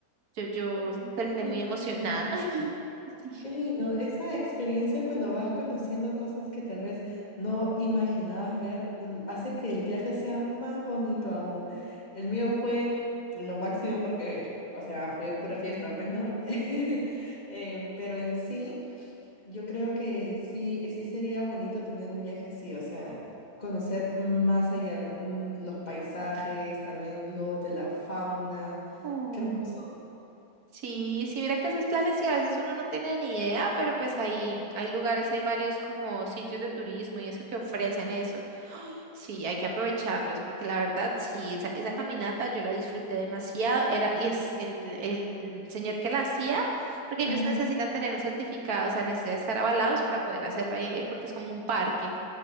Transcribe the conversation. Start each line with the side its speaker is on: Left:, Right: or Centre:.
Right: Yo, yo
Left: Bueno,
Right: terminé
Left: qué
Right: muy emocionada.
Left: lindo.
Right: <laughs> Sí.
Left: Qué lindo. Esa experiencia cuando vas conociendo cosas que tal vez no imaginabas ver, l- hace que el viaje sea más bonito aún. El mío fue lo máximo porque, o sea, fue pura fiesta, pues, ¿no? <laughs> Em, pero en sí. Yo creo que sí, sí sería bonito tener un viaje así, o sea, conocer más allá, con- mm, los paisajes, también lo de la fauna.
Right: Oh.
Left: Qué hermoso.
Right: Sí, sí, mira que esos planes sí, a veces uno no tiene ni idea, pero pues hay, hay lugares, hay varios como sitios de turismo y eso que ofrecen eso. Sí, hay que aprovecharlos porque la verdad, sí, esa, esa caminata yo la disfruté demasiado. Era, y es el, el señor que la hacía, porque ellos
Left: Ajá.
Right: necesitan tener un certificado, o sea, necesitan estar avalados para poder hacerlo ahí, eh, porque es como un parque